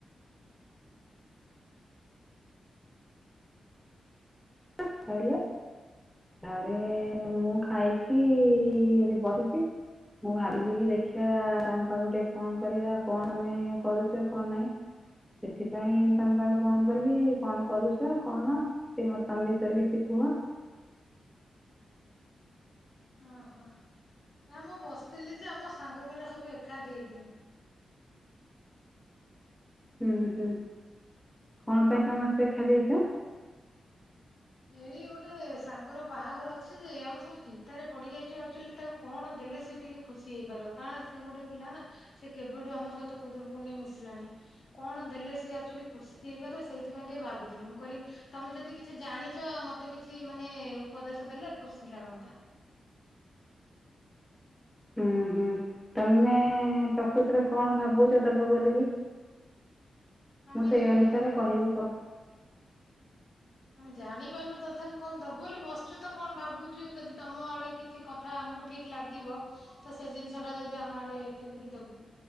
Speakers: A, in the centre; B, on the left (about 65°).
A: କଥା ହେଲେ। ତାପରେ ମୁଁ ଖାଇକି ଏଠି ବସିଚି। ମୁଁ ଭାବିଲି କି ଦେଖିବା ତମ ପାଖକୁ ଟିକେ ଫୋନ କରିବା କଣ ତମେ କରୁଚ କଣ ନାଇଁ। ସେଥିପାଇଁ ତମ ପାଖକୁ ଫୋନ କଲି କଣ କରୁଚ କଣ। ତମ ବିଷୟରେ କିଛି କୁହ।
B: ଅ ହ। ନା ମୁଁ ବସିଥିଲି ଯେ ଆମ ସାଙ୍ଗ ପିଲା ସବୁ ଏକାଠି ହେଇଥିନୁ।
A: ଉଁ ହୁଁ। କଣ ପାଇଁ ସମସ୍ତେ ଏକାଠି ହେଇଚ?
B: ଏଇ ଗୋଟେ ସାଙ୍ଗର ବାହାଘର ଅଛି ଯେ ଆମେ ସବୁ ଚିନ୍ତାରେ ପଡି ଯାଇଛୁ ଆକ୍ଚୁଆଲି ତା କଣ ଦେଲେ ସେ ଟିକେ ଖୁସି ହେଇପାରିବ। କାରଣ ସେ ଗୋଟେ ପିଲା ନା ସେ କେବେଠୁ ଆମ ସହିତ ଖୁଦୁରୁକୁଣୀ ରେ ମିଶିଲାଣି। କଣ ଦେଲେ ସିଏ ଆକ୍ଚୁଆଲି ଖୁସି ହେଇପାରେ। ସେଇଥିପାଇଁ ଟିକେ ଭାବୁଥିଲି। ମୁଁ କହିଲି ତମେ ଯଦି କିଛି ଜାଣି ଚ ମତେ କିଛି ମାନେ ଉପଦେଶ ଦେଲେ ଖୁସି ଲାଗନ୍ତା।
A: ହୁଁ ହୁଁ। ତମେ ପ୍ରକୃତରେ କଣ ଭାବୁଛ ଦବ ବୋଲିକି।
B: ଆମେ
A: ମୁଁ ସେଇ ଅନୁସାରେ କହିବି କଣ।
B: ଆମେ ଜାଣି ପାରୁନୁ ତଥାପି କଣ ଦବୁ ବୋଲି ବସୁଛୁ ତ କଣ ଭାବୁଛୁ ଯଦି ତମ ଆଡେ କିଛି କଥା ଆମକୁ। ଠିକ ଲାଗିବ ତ ସେ ଜିନିଷ ଟା ଯଦି ଆମ ଆଡେ କିଣିକି ଦେବୁ।